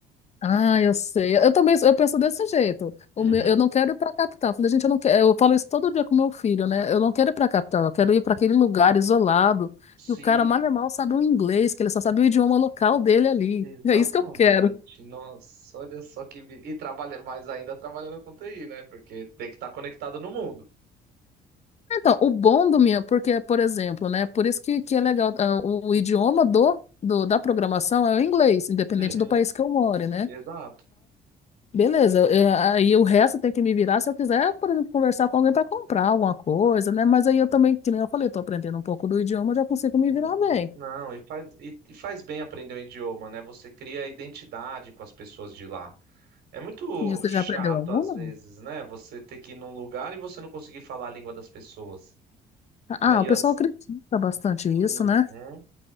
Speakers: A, on the left; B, on the right.
A: Ah, eu sei. Eu também, eu penso desse jeito.
B: Uhum,
A: O meu, eu não quero ir para a capital. Eu Falei, gente, eu não quero. Eu falo isso todo dia com meu filho, né? Eu não quero ir para a capital. Eu quero ir para aquele lugar isolado
B: sim.
A: que o cara mal e mal sabe o inglês, que ele só sabe o idioma local dele ali.
B: Exatamente.
A: É isso que eu quero.
B: Nossa, olha só que vida. E trabalha mais ainda trabalhando com TI, né? Porque tem que estar conectado no mundo.
A: Então, o bom do meu, porque, por exemplo, né? Por isso que, que é legal, ah, o, o idioma do, do- da programação é o inglês, independente
B: Uhum.
A: do país que eu more, né?
B: Exato.
A: Beleza, eu- eu- aí o resto tem que me virar se eu quiser, por exemplo, conversar com alguém para comprar alguma coisa, né? Mas aí eu também, que nem eu falei, tô aprendendo um pouco do idioma, eu já consigo me
B: Sim.
A: virar bem.
B: Não, e faz, e, e faz bem aprender o idioma, né? Você cria identidade com as pessoas de lá. É muito
A: E você
B: chato
A: já aprendeu alguma?
B: às vezes, né? Você ter que ir num lugar e você não conseguir falar a língua das pessoas. Aí
A: Ah, o pessoal
B: as...
A: critica bastante
B: Uhum.
A: isso, né?